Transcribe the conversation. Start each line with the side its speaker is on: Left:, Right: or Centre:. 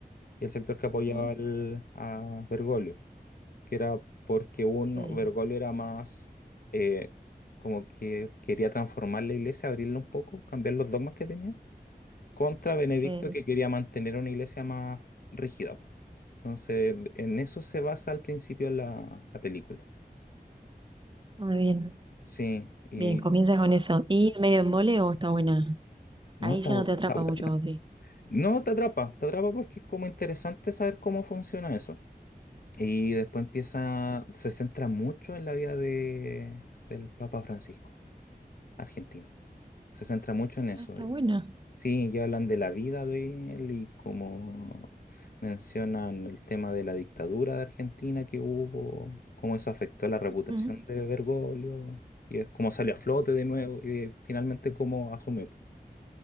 Left: y el sector que apoyaba
Right: ujú.
Left: al, a Bergoglio, que era porque uno,
Right: Sí,
Left: Bergoglio era más eh, como que quería transformar la iglesia, abrirla un poco, cambiar los dogmas que tenía, contra Benedicto
Right: sí,
Left: que quería mantener una iglesia más rígida. po. Entonces, en eso se basa al principio la, la película.
Right: muy bien.
Left: Sí, y
Right: Bien, comienza con eso. ¿Y medio embole o está buena?
Left: no,
Right: Ahí
Left: está,
Right: ya
Left: bu-
Right: no te atrapa
Left: está bu-
Right: mucho, vos, sí.
Left: no te atrapa, te atrapa porque es como interesante saber cómo funciona eso. Y después empieza, se centra mucho en la vida de, del Papa Francisco, argentino. Se centra mucho en eso.
Right: Ah, está buena.
Left: Sí, ya hablan de la vida de él y como mencionan el tema de la dictadura de Argentina que hubo, cómo eso afectó la reputación
Right: Ujú.
Left: de Bergoglio y es cómo salió a flote de nuevo y finalmente cómo asume. po.